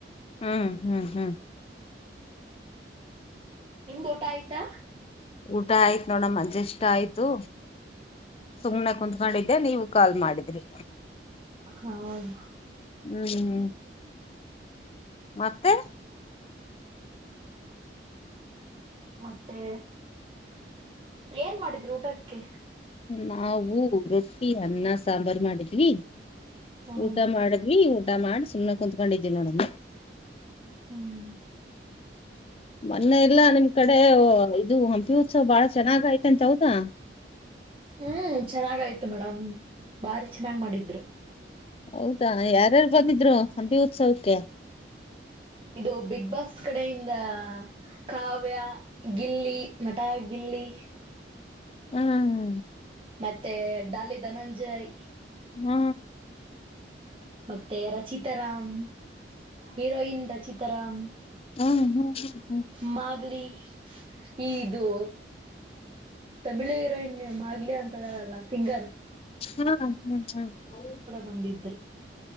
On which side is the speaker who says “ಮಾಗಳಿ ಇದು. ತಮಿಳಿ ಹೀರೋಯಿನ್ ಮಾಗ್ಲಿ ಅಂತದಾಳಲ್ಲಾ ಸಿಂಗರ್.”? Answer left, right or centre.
Right